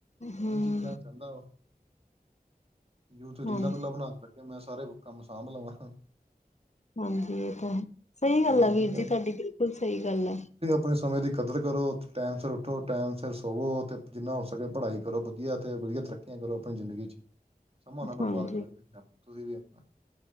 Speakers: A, on the left (about 45°); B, on the right (about 40°).
A: ਹੂੰ,
B: ਏ ਚੀਜ਼ਾਂ ਚਾਂਦਾ ਓ, ਯੂਥ
A: ਹਾਂਜੀ,
B: ਰੀਲਾਂ-ਰੁਲਾਂ ਬਨਾਨ ਬੈ ਤੇ ਮੈਂ ਸਾਰੇ ਕੰਮ ਸਾਂਭ ਲਵਾਂ।
A: ਹਾਂਜੀ, ਇਹ ਤਾਂ ਹੈ ਸਹੀ
B: ਚਲੋ
A: ਗੱਲ ਐ
B: ਇਦਾਂ
A: ਵੀਰ ਜੀ, ਤੁਹਾਡੀ ਬਿਲਕੁਲ ਸਹੀ ਗੱਲ ਐ।
B: ਅਪਨੇ ਸਮੇਂ ਦੀ ਕਦਰ ਕਰੋ ਟੈਮ ਸਿਰ ਉੱਠੋ, ਟੈਮ ਸਿਰ ਸੋਵੋ, ਤੇ ਜਿੰਨਾ ਹੋ ਸਕੇ ਪੜ੍ਹਾਈ ਕਰੋ ਵਧੀਆ ਤੇ ਵਧੀਆ ਤਰੱਕੀਆਂ ਕਰੋ ਅਪਨੀ ਜਿਦੰਗੀ 'ਚ। ਸਮਾਂ ਨਾਂ ਬਰਬਾਦ
A: ਹਾਂਜੀ
B: ਕਰੋ ਤੁਸੀਂ ਵੀ ਅਪਣਾ।